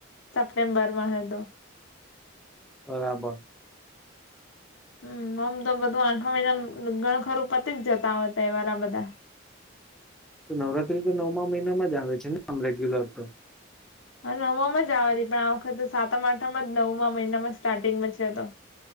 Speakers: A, on the left; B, in the centre.
A: સેપ્ટેમ્બરમાં હતુ.
B: બરાબર.
A: હમ. ઓમ તો બધું આઠમા મહિનામ ઘણુ ખરું પતી જ જતા હોય તહેવાર આ બધા.
B: તો નવરાત્રી તો નવમા મહિનામાં જ આવે છે ને આમ રેગ્યુલર તો?
A: હ નવામાં જ આવે છ પણ આ વખતે સાતમ આઠમ જ નવમાં મહિનામાં સ્ટાર્ટિંગમાં છે તો.